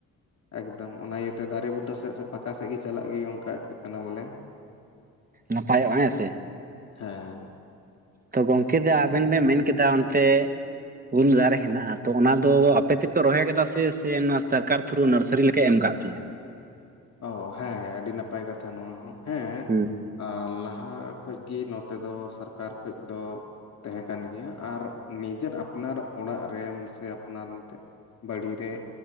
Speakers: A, on the left; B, on the right.
A: ᱮᱠᱫᱚᱢ ᱚᱱᱟ ᱤᱭᱟᱹᱛᱮ ᱫᱟᱨᱮ ᱵᱩᱴᱟᱹ ᱥᱮᱫ ᱥᱮ ᱯᱷᱟᱠᱟ ᱥᱮᱫ ᱜᱮ ᱪᱟᱞᱟᱜ ᱜᱮ ᱚᱱᱠᱟ ᱠᱟᱱᱟ ᱵᱚᱞᱮ
B: ᱱᱟᱯᱟᱭᱚᱜᱼᱟ ᱦᱮᱸ ᱥᱮ
A: ᱦᱮᱸ
B: ᱛᱚ ᱜᱚᱢᱠᱮ ᱟᱵᱮᱱ ᱵᱮᱱ ᱢᱮᱱᱠᱮᱫᱟ ᱚᱱᱛᱮ ᱩᱞ ᱫᱟᱨᱮ ᱦᱮᱱᱟᱜᱼᱟ ᱛᱚ ᱚᱱᱟ ᱫᱚ ᱟᱯᱮ ᱛᱮᱯᱮ ᱨᱚᱦᱚᱭ ᱠᱟᱫᱟ ᱥᱮ ᱥᱮ ᱱᱚᱣᱟ ᱥᱚᱨᱠᱟᱨ ᱛᱷᱩᱨᱩ ᱱᱟᱨᱥᱟᱨᱤ ᱞᱮᱠᱟ ᱮᱢ ᱟᱠᱟᱫ ᱯᱮᱭᱟ
A: ᱚ ᱦᱮᱸ ᱟᱹᱰᱤ ᱱᱟᱯᱟᱭ ᱠᱟᱛᱷᱟ ᱱᱚᱣᱟ ᱦᱚᱸ
B: ᱦᱮᱸ
A: ᱟᱨ ᱞᱟᱦᱟ ᱠᱷ ᱜᱮ ᱱᱚᱛᱮ ᱫᱚ ᱥᱚᱨᱠᱟᱨ ᱠᱷ ᱫᱚ ᱛᱟᱦᱮᱸ ᱠᱟᱱ ᱜᱮᱭᱟ ᱟᱨ ᱱᱤᱡᱮᱨ ᱟᱯᱱᱟᱨ ᱚᱲᱟᱜ ᱨᱮ ᱥᱮ ᱟᱯᱱᱟᱨ ᱮᱱᱛᱮ᱾ ᱵᱟᱲᱤ ᱨᱮ